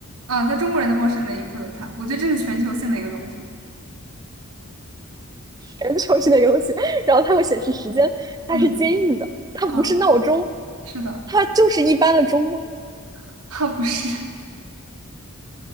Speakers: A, on the right; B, on the right.
A: 啊，在中国人的卧室里面也会有它，我觉得这是全球性的一个东西。
B: 全球性的一个东西，然后它会显示时间，它是坚硬的，
A: 嗯
B: 它不是闹钟，
A: 嗯，是的，
B: 它就是一般的钟吗。
A: <laughs> 啊不是，